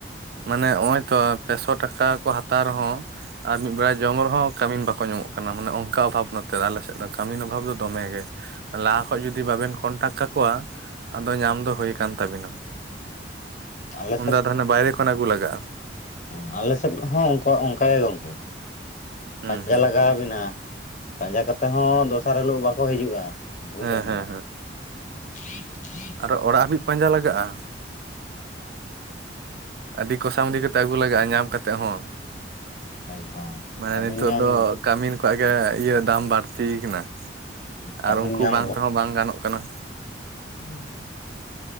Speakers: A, on the right; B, on the left.
A: ᱢᱟᱱᱮ ᱱᱚᱸᱜ-ᱚᱭ ᱛᱚ ᱯᱮᱥᱚ ᱴᱟᱠᱟ ᱠᱚ ᱦᱟᱛᱟᱣ ᱨᱮᱦᱚᱸ ᱟᱨ ᱢᱤᱫ ᱵᱮᱲᱟ ᱡᱚᱢ ᱨᱮᱦᱚᱸ ᱠᱟᱹᱢᱤᱱ ᱵᱟᱠᱚ ᱧᱟᱢᱚᱜ ᱠᱟᱱᱟ᱾ ᱢᱟᱱᱮ ᱚᱝᱠᱟ ᱚᱵᱷᱟᱵ ᱱᱚᱛᱮ ᱫᱚ ᱟᱞᱮᱥᱮᱫ ᱫᱚ ᱠᱟᱹᱢᱤᱱ ᱚᱵᱷᱟᱵ ᱫᱚᱢᱮ ᱜᱮ᱾ ᱞᱟᱦᱟ ᱠᱷᱚᱡ ᱡᱩᱫᱤ ᱵᱟᱵᱮᱱ ᱠᱚᱱᱴᱟᱠ ᱠᱟᱠᱚᱣᱟ ᱟᱫᱚ ᱧᱟᱢ ᱫᱚ ᱦᱩᱠᱟᱱ ᱛᱟᱵᱤᱱᱟ᱾
B: ᱟᱞᱮ
A: ᱩᱱᱫᱚ ᱟᱫᱚ ᱦᱟᱱᱟ ᱵᱟᱭᱨᱮ ᱠᱷᱚᱱ ᱟᱹᱜᱩ ᱞᱟᱜᱟᱜ-ᱟ᱾
B: ᱦᱩᱸ, ᱟᱞᱮ ᱥᱮᱫ ᱦᱚᱸ ᱚᱝᱠᱟ ᱚᱝᱠᱟ ᱜᱮ ᱜᱚᱝᱠᱮ
A: ᱦᱩᱸ
B: ᱯᱟᱸᱡᱟ
A: ᱦᱩᱸ
B: ᱞᱟᱜᱟᱣ ᱵᱤᱱᱟ᱾ ᱯᱟᱸᱡᱟ ᱠᱟᱛᱮ ᱦᱚᱸ ᱫᱚᱥᱟᱨ ᱦᱤᱞᱳᱜ ᱵᱟᱠᱚ ᱦᱤᱡᱩᱜ-ᱟ ᱵᱚᱦᱩ
A: ᱦᱮᱸ
B: ᱡᱷᱟᱢᱮᱞᱟ᱾
A: ᱦᱮᱸ
B: <unintelligible>
A: ᱟᱫᱚ ᱚᱲᱟᱜ ᱦᱟᱹᱵᱤᱡ ᱯᱟᱸᱡᱟ ᱞᱟᱜᱟᱜ-ᱟ᱾ ᱟᱹᱰᱤ ᱠᱚᱥᱟᱢᱩᱫᱤ ᱠᱟᱛᱮ ᱟᱹᱜᱩ ᱞᱟᱜᱟᱜ-ᱟ ᱧᱟᱢ ᱠᱟᱛᱮ ᱦᱚᱸ
B: ᱮᱠᱫᱚᱢ
A: ᱢᱟᱱᱮ
B: ᱠᱟᱹᱢᱤᱱ
A: ᱱᱤᱛᱳᱜ
B: ᱧᱟᱢ
A: ᱫᱚ ᱠᱟᱹᱢᱤᱱ ᱠᱚᱣᱟᱜ ᱜᱮ ᱤᱭᱟᱹ ᱫᱟᱢ ᱵᱟᱹᱲᱛᱤᱭ ᱠᱟᱱᱟ
B: ᱠᱟᱹᱢᱤᱱ
A: ᱟᱨ ᱩᱱᱠᱩ
B: ᱧᱟᱢ
A: ᱵᱟᱝ ᱛᱮᱦᱚᱸ ᱵᱟᱝ ᱜᱟᱱᱚᱜ ᱠᱟᱱᱟ᱾
B: ᱦᱩᱸ᱾